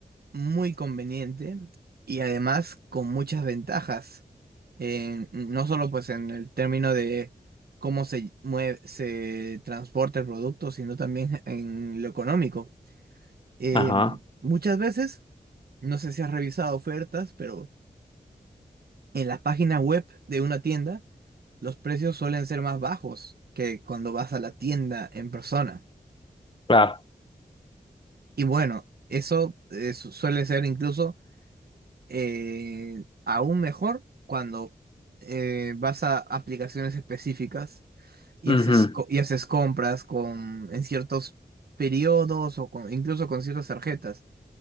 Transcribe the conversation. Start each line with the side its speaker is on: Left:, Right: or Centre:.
Right: muy conveniente y además con muchas ventajas. En- no solo pues en el término de cómo se mueve, se transporta el producto, sino también <laughs> en lo económico. Eh,
Left: Ajá,
Right: muchas veces, no sé si has revisado ofertas, pero en las páginas web de una tienda, los precios suelen ser más bajos que cuando vas a la tienda en persona.
Left: claro.
Right: Y bueno, eso eh, su- suele ser incluso eh, aún mejor cuando eh, vas a aplicaciones específicas y
Left: Ujú,
Right: haces, co- y haces compras con, en ciertos periodos o con- incluso con ciertas tarjetas.